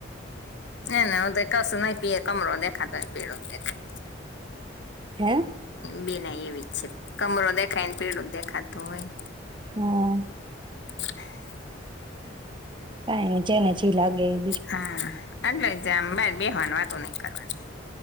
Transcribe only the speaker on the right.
હે
હા.
કઈ ની જેને જી લાગે એ